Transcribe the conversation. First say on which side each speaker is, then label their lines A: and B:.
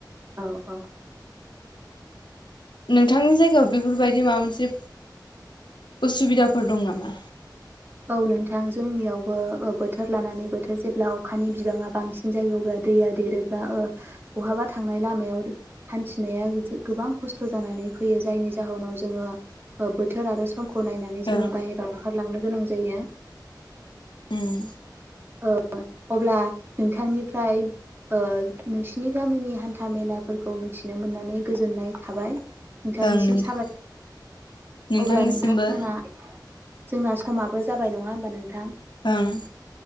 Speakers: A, on the right (about 30°); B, on the left (about 80°).
A: औ औ
B: नोंथांनि जायगायाव बेफोरबायदि माबा मोनसे उसुबिदाफोर दं नामा?
A: औ नोंथां जोंनियावबो ओ बोथोर लानानै बोथोर जेब्ला अखानि बिबाङा बांसिन जायो अब्ला दैया देरोब्ला ओ बहाबा थांनाय लामायाव हान्थिनाया जो गोबां खस्थ जानानै फैयो जायनि जाहोनाव जोङो ओ बोथोर आरो समखौ नायनानै जोंङो
B: ओं
A: बायहेराव ओंखार लांनो गोनां जायो
B: ओं
A: ओ अब्ला नोंथांनिफ्राय ओ नोंसिनि गामिनि हान्था मेलाफोरखौ मिथिनो मोननानै गोजोननाय थाबाय। नोंथांनिसिम
B: ओं नोंथां
A: साबाय
B: नोंथांनिसिमबो
A: अब्ला नोंथां जोंना जोंना समा बो जाबाय नङा होमबा नोंथां?
B: ओं